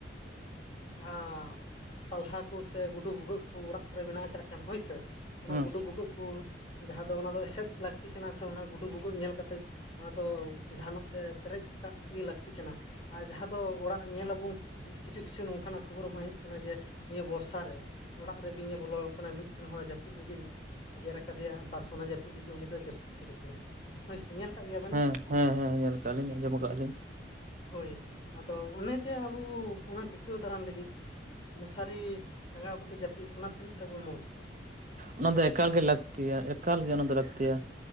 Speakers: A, on the left (about 30°); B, on the right (about 45°).
A: ᱡᱟᱦᱟᱸ ᱯᱟᱞᱦᱟ ᱠᱚ ᱥᱮ ᱜᱩᱰᱩ ᱵᱷᱩᱜᱟᱹᱜ ᱠᱚ ᱚᱲᱟᱜ ᱠᱚᱨᱮ ᱢᱮᱱᱟᱜ ᱠᱟᱜ ᱠᱷᱟᱱ ᱦᱳᱭᱥᱮ᱾ ᱚᱱᱟ
B: ᱦᱮᱸ
A: ᱜᱩᱰᱩ ᱵᱷᱩᱜᱟᱹᱜ ᱠᱚ ᱡᱟᱦᱟᱸ ᱫᱚ ᱚᱱᱟ ᱫᱚ ᱮᱥᱮᱫ ᱞᱟᱹᱠᱛᱤ ᱠᱟᱱᱟ ᱥᱮ ᱚᱱᱟ ᱜᱩᱰᱩ ᱵᱷᱩᱜᱟᱹᱜ ᱧᱮᱞ ᱠᱟᱛᱮᱫᱼᱼ ᱚᱱᱟ ᱫᱚ ᱡᱟᱦᱟᱱᱟᱜ ᱛᱮ ᱯᱮᱨᱮᱡ ᱠᱟᱜ ᱜᱮ ᱞᱟᱹᱠᱛᱤ ᱠᱟᱱᱟᱼᱼ ᱟᱨ ᱡᱟᱦᱟᱸ ᱫᱚ ᱚᱲᱟᱜ ᱧᱮᱞᱟᱵᱚᱱ ᱠᱤᱪᱷᱩ ᱠᱤᱪᱷᱩ ᱱᱚᱝᱼᱼ ᱠᱟᱱᱟᱜ ᱠᱷᱚᱵᱚᱨ ᱦᱚᱸ ᱦᱮᱡ ᱠᱟᱱᱟ ᱡᱮ ᱱᱤᱭᱟᱹ ᱵᱚᱨᱥᱟ ᱨᱮᱼᱼ ᱚᱲᱟᱜ ᱨᱮ ᱵᱤᱧᱮ ᱵᱚᱞᱚ ᱟᱠᱚ ᱠᱟᱱᱟ ᱢᱤᱫᱴᱮᱱ ᱦᱚᱲ ᱡᱟᱹᱯᱤᱫ ᱨᱮᱜᱮᱼᱼ ᱜᱮᱨ ᱟᱠᱟᱫᱮᱭᱟ ᱵᱟᱥ ᱚᱱᱟ ᱡᱟᱹᱯᱤᱫ ᱨᱮᱜᱮ ᱩᱱᱤ ᱫᱚᱭ ᱡᱟᱹᱯᱤᱫ ᱛᱷᱤᱨ ᱠᱟᱱᱟ᱾ ᱦᱳᱭᱥᱮ ᱧᱮᱞ ᱠᱟᱜ ᱜᱮᱭᱟᱵᱮᱱ?
B: ᱦᱮᱸ ᱦᱮᱸ ᱦᱮᱸ ᱧᱮᱞ ᱠᱟᱜ ᱞᱤᱧ ᱟᱸᱡᱚᱢ ᱠᱟᱜ ᱞᱤᱧ
A: ᱦᱳᱭ ᱟᱫᱚ ᱚᱱᱮ ᱡᱮ ᱟᱵᱚ ᱚᱱᱟ ᱴᱤᱼᱼ ᱴᱤᱠᱟᱹᱣ ᱫᱟᱨᱟᱢ ᱞᱟᱹᱜᱤᱫ ᱢᱚᱥᱟᱨᱤ ᱴᱟᱸᱜᱟᱣ ᱠᱟᱛᱮ ᱡᱟᱹᱯᱤᱫ ᱚᱱᱟ ᱛᱤᱱᱟᱹᱜ ᱴᱟ ᱵᱚᱱ ᱢᱚᱛ ᱫᱟ᱾
B: ᱚᱱᱟ ᱫᱚ ᱮᱠᱟᱞ ᱜᱮ ᱞᱟᱹᱠᱛᱤᱭᱟ ᱮᱠᱟᱞ ᱜᱮ ᱚᱱᱟ ᱫᱚ ᱞᱟᱹᱠᱛᱤᱭᱟ